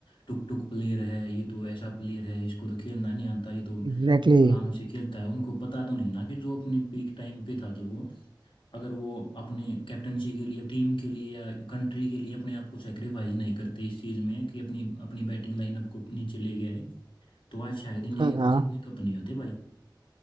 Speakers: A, on the left (about 85°); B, on the right (about 70°).
A: टुक टुक प्लेयर है ये तो ऐसा प्लेयर है इसको तो खेलना नहीं आता ये तो
B: Exactly exactly.
A: आराम से खेलता है उनको पता तो नहीं ना कि जो अपनी पीक टाइम पे था जो वो अगर वो अपने कैप्टनसी के लिए टीम के लिए या कंट्री के लिए अपने आप को सेक्रीफाइस नहीं करते इस चीज़ में कि अपनी अपनी बैटिंग लाइनअप को नीचे ले गया है तो आज शायद इंडिया
B: हाँ
A: के
B: हाँ
A: पास इतने कप नहीं होते भाई